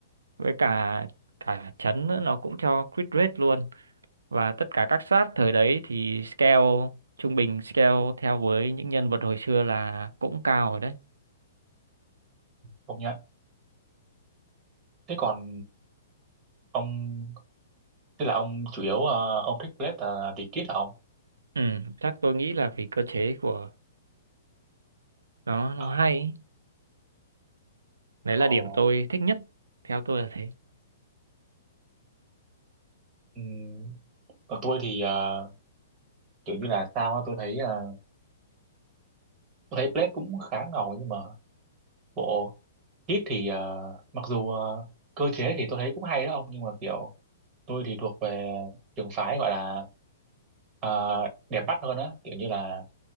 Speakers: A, on the right (about 80°); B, on the right (about 30°).
A: với cả cả chấn nữa, nó cũng cho grid rate luôn và tất cả các sát thời đấy thì scale trung bình scale theo với những nhân vật hồi xưa là cũng cao rồi đấy
B: công nhận thế còn ông tức là ông chủ yếu ờ, ông thích Blade là vì kit hả ông
A: ừ, chắc tôi nghĩ là vì cơ chế của nó nó
B: Ờ.
A: hay ấy. đấy
B: Ồ.
A: là điểm tôi thích nhất theo tôi là thế
B: Ừ. Còn tôi thì ờ, kiểu như là sao á, tôi thấy ờ, tôi thấy Blade cũng khá ngầu nhưng mà bộ Hit thì ờ, mặc dù ờ, cơ chế thì tôi thấy cũng hay đó ông nhưng mà kiểu tôi thì thuộc về trường phái gọi là ờ, đẹp mắt hơn á kiểu như là